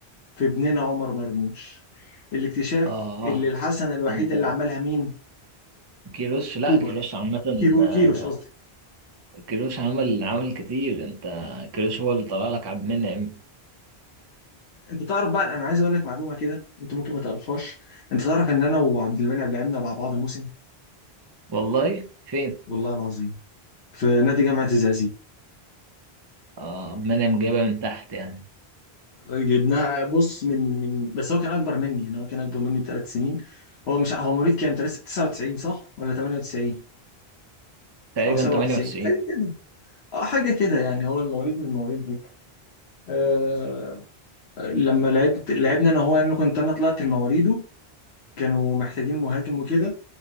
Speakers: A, on the left; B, on the right.
A: في ابننا عمر مرموش الاكتشاف
B: اه آه،
A: اللي الحسنة الوحيدة
B: انت
A: اللي عملها مين
B: كيروش لا
A: كوبر
B: كيروش عامه
A: كيرو
B: آه،
A: كيروش قصدي
B: كيروش عمل عمل كتير انت كيروش هو اللي طلع لك عبد المنعم
A: انت تعرف بقى انا عايز اقول لك معلومة كده انت ممكن ما تعرفهاش انت تعرف ان انا وعبد المنعم لعبنا مع بعض موسم
B: والله فين
A: والله العظيم في نادي جامعة الزقازيق
B: اه عبد المنعم جايبها من تحت يعني
A: جبناه بص من من بس هو كان اكبر مني يعني هو كان اكبر مني بثلاث سنين هو مش هو مواليد كام 99 صح ولا 98
B: تقريبا
A: او 97
B: 98
A: حاجه كده اه حاجه كده يعني هو المواليد من المواليد دي آه لما لعبت لعبنا انا وهو يعني كنت انا طلعت المواليده كانوا محتاجين مهاجم وكده